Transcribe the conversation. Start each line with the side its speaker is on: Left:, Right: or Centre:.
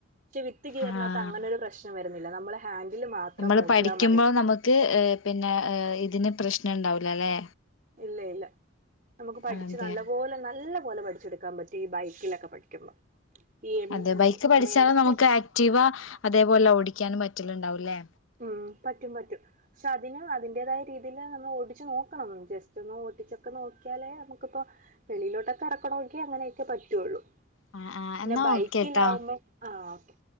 Right: പക്ഷെ വിത്ത് ഗിയർനാത്തങ്ങനൊ
Left: ആഹ്
Right: ഒരു പ്രശ്നം വരുന്നില്ല നമ്മള് ഹാൻഡിൽ മാത്രം
Left: നമ്മള്
Right: നോക്കിയാൽ
Left: പഠിക്കുമ്പോൾ
Right: മതി
Left: നമുക്ക് എ പിന്നെ എ ഇതിന് പ്രശ്നംണ്ടാവൂലല്ലേ
Right: ഇല്ലയില്ല നമുക്ക് പഠിച്ച്
Left: അതെ
Right: നല്ല പോലെ നല്ല പോലെ പഠിച്ചെടു ക്കാം പറ്റി ഈ ബൈക്കിലെക്കെ പഠിക്കുമ്പോ ഈ എം
Left: അതെ
Right: എം
Left: ബൈക്ക് പഠിച്ചാലും
Right: നേരത്തെ
Left: നമുക്ക് ആക്റ്റീവാ അതേപോലെ ഓടിക്കാനും പറ്റലുണ്ടാവൂല്ലേ
Right: ഉം പറ്റും പറ്റും ഷതിന് അതിന്റേതായ രീതീല് നമ്മളോടിച്ച് നോക്കണം ജസ്റ്റൊന്ന് ഓടിച്ചൊക്കെ നോക്കിയാലേ നമുക്കിപ്പോ വെളീലോട്ടൊക്കെ എറക്കണോങ്കി അങ്ങനെക്കെ പറ്റുള്ളൂ
Left: ആ ആ
Right: പിന്നെ
Left: എന്നാ
Right: ബൈക്കിലാവുമ്പം
Left: ഓക്കേട്ടോ
Right: ആഹ് ഓക്കേ